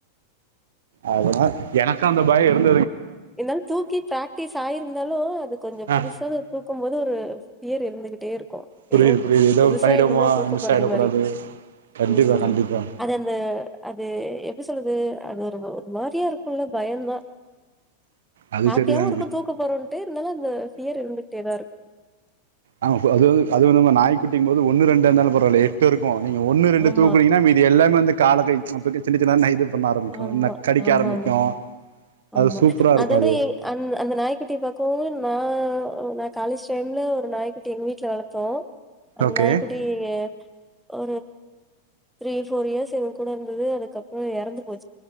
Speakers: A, on the right; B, in the centre.
A: அதுலா என கா அந்த பயோ இருந்
B: ந்தாலு தூக்கி பிராக்டீஸ் ஆயிருந்தாலு அது கொஞ்சோ
A: ஆ.
B: புதுசாதா இர்கோ கும்போது ஒரு ஏர் இருந்துகிட்டே இரு கோ
A: புரியுது
B: ஏதோ
A: புரியுது ஏதோ
B: புதுசா
A: பண்ணிட்டோமா
B: என்னமோ தூக்க
A: மிஸ்
B: போறது
A: ஆயிடக்கூடாது
B: மாரி
A: கண்டிப்பா
B: ம்
A: கண்டிப்பா
B: அது அந்த அது எப்பி சொல்லது அது ஒரு ஒ மாரியா இருக்குல்லே பயந்தா
A: அது
B: ஹாப்பியாவு
A: சரிதாங்க
B: இருக்கு தூக்கா போறோன்ட்டு இருந்தாலு அந்த ஃபியர் இருந்துக்டேதா இரு
A: ஆமா போ அது வந்து அது வந்து நம்ம நாய்க் குட்டிங் போது ஒன்னு ரெண்டா இந்தாலோ பரவாலே எட்டு இருக்கோ நீங்க ஒன்னு ரெண்டு
B: ஆமா,
A: தூக்கினீங்கனா மீதி எல்லாமே வந் தக் கால கை <unintelligible> சின்ன சின்னதா நாய் இது பண்ண ஆரம்பிக்கும்
B: ஆமா
A: ந கடிக்க
B: ஆமா
A: ஆரம்பிக்கும்
B: ஆமா ஆமா
A: அது சூப்பரா இருக்கும்
B: அதோவுட
A: அது
B: எ அந்தே அந்தே நாய்குட்டியே பாக்கவோ எ நா ஓ நா காலேஜ் டைம்ல ஒரு நாய்க்குட்டி எங்கே வீட்லே வளத்தோ அந்த
A: ஓகே
B: நாய்குட்டியே ஓ த்ரீ பௌர் இயர்ஸ் இவங்க கூட இருந்தது அதுக்கப்புறம் இறந்து